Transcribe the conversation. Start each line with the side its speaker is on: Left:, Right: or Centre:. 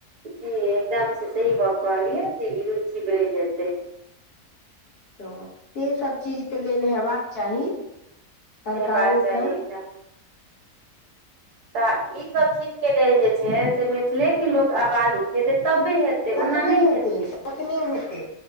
Right: जी एकदम से सही गप कहलियै जे ई रुचि बइढ़ जेतै।
Left: तऽ से सब चीजके लेल हेबाक चाही। सरकारोके
Right: हेबाके चाही एकदम तऽ ईसभ चीजके लेल जे छै, से मिथिलेके लोक आवाज उठेतै तबे हेतै।
Left: तखने
Right: ओना नहि
Left: हेतै, तखने हेतै,